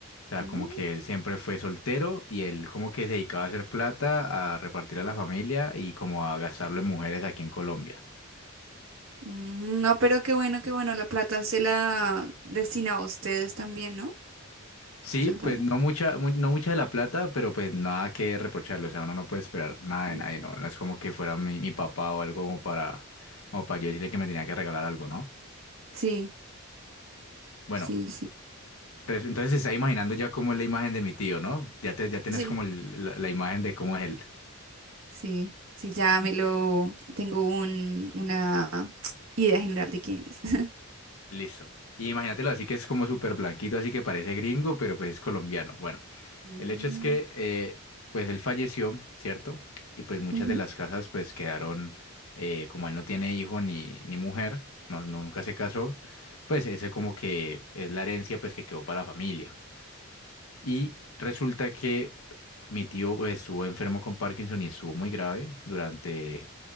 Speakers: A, on the left; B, on the right.
A: O sea,
B: Mm.
A: como que él siempre fue soltero y él como que se dedicaba a hacer plata, a repartir a la familia y como a gastarlo en mujeres aquí en Colombia.
B: Mm, No, pero qué bueno, qué bueno. La plata se la destina a ustedes también, ¿no?
A: Sí,
B: Eso es
A: pues
B: bueno.
A: no mucha, mu- no mucha de la plata, pero pues nada que reprocharle. O sea, uno no puede esperar nada de
B: Mm.
A: nadie, ¿no? No es como que fuera mi, mi papá o algo como para, como para yo decirle que me tenía que regalar algo, ¿no?
B: Sí,
A: Bueno,
B: sí, sí.
A: res- entonces se está imaginando ya cómo es la imagen de mi tío, ¿no? Ya te, ya tienes
B: Sí,
A: como el- la la imagen de cómo es él.
B: sí. Sí, ya me lo... Tengo un, una idea general de quién es. <laughs>
A: Listo. Y imagínatelo así que es como súper blanquito, así que parece gringo, pero pues es colombiano. Bueno,
B: Mm,
A: el hecho es que eh, pues él falleció, ¿cierto? Y pues muchas
B: ujú,
A: de las casas pues quedaron, eh, como él no tiene hijo ni, ni mujer, no, nunca se casó, pues ese como que es la herencia pues que quedó para la familia. Y resulta que mi tío pues, estuvo enfermo con Parkinson y estuvo muy grave durante,